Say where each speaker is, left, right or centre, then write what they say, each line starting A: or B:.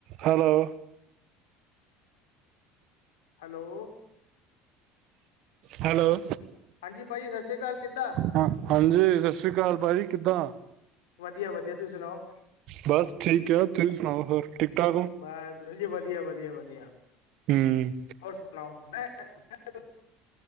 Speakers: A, on the right; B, on the left.
A: Hello.
B: Hello?
A: Hello.
B: ਹਾਂਜੀ ਭਾਜੀ ਸਤਿ ਸ੍ਰੀ ਅਕਾਲ ਕਿੱਦਾਂ
A: ਹਾਂ, ਹਾਂਜੀ ਸਤਿ ਸ੍ਰੀ ਅਕਾਲ ਭਾਜੀ। ਕਿੱਦਾਂ?
B: ਵਧੀਆ ਵਧੀਆ, ਤੁੂੰ ਸੁਣਾਓ।
A: ਬਸ ਠੀਕ ਹੈ। ਤੁਸੀਂ ਸੁਣਾਓ ਹੋਰ? ਠੀਕ ਠਾਕ ਹੋ
B: ਬੱਸ। ਹਜੀ ਬੱਸ ਵਧੀਆ, ਵਧੀਆ ਵਧੀਆ।
A: ਹੂੰ
B: ਹੋਰ ਸੁਣਾਓ? ਮੈਂ ਮੈਂ, ਇਹ <unintelligible>